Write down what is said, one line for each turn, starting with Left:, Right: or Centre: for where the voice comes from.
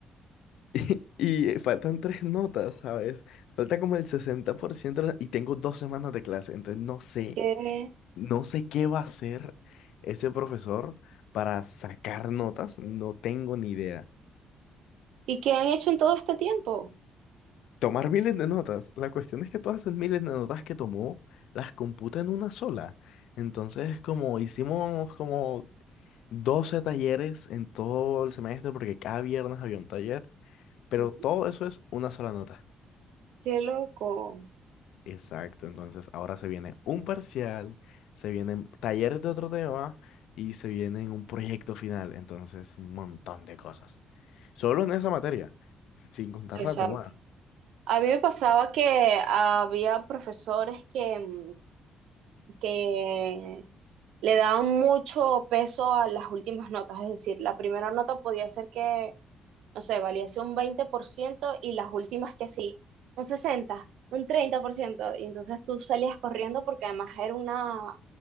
Left: <laughs> y, eh, faltan tres notas, ¿sabes? Falta como el 60% de la- y tengo dos semanas de clase, entonces no sé,
Right: ¿Qué-
Left: no sé qué va a hacer ese profesor para sacar notas, no tengo ni idea.
Right: ¿Y qué han hecho en todo este tiempo?
Left: Tomar miles de notas. La cuestión es que todas esas miles de notas que tomó las computa en una sola. Entonces, como hicimos como 12 talleres en todo el semestre, porque cada viernes había un taller, pero
Right: Ujú.
Left: todo eso es una sola nota.
Right: Qué loco.
Left: Exacto, entonces ahora se viene un parcial, se vienen talleres de otro tema y se viene un proyecto final. Entonces, un montón de cosas. Solo en esa materia, sin contar
Right: Exacto.
Left: las demás.
Right: A mí me pasaba que había profesores que, mm, que le daban mucho peso a las últimas notas, es decir, la primera nota podía ser que, no sé, valiese un 20% y las últimas que sí, un 60, un 30% y entonces tú salías corriendo porque además era una,